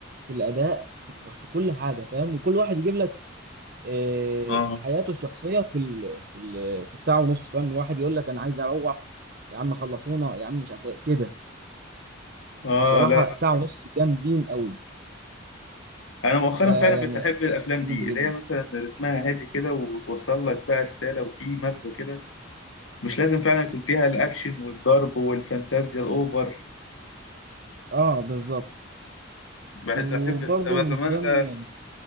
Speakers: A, on the right; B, on the left.
A: في الاداء في كل حاجه فاهم وكل واحد يجيب لك آه،
B: اه
A: حياته الشخصيه في ال في ال في الساعه ونص فاهم واحد يقول لك انا عايز اروح يا عم خلصونا يا عم مش عارف ايه كده
B: اه
A: بصراحه
B: لا لا
A: ساعه ونص جامدين قوي
B: انا مؤخرا
A: ده
B: فعلا
A: يعني
B: بتحب الافلام
A: منه
B: دي اللي
A: جدا
B: هي مثلا رتمها هادي كده وتوصل لك بقى رساله وفي مغزى كده مش لازم فعلا يكون فيها الاكشن والضرب والفانتازيا الاوفر
A: اه بالظبط
B: بحب
A: وبرضه
B: طب
A: من
B: زمان
A: ضمن
B: ده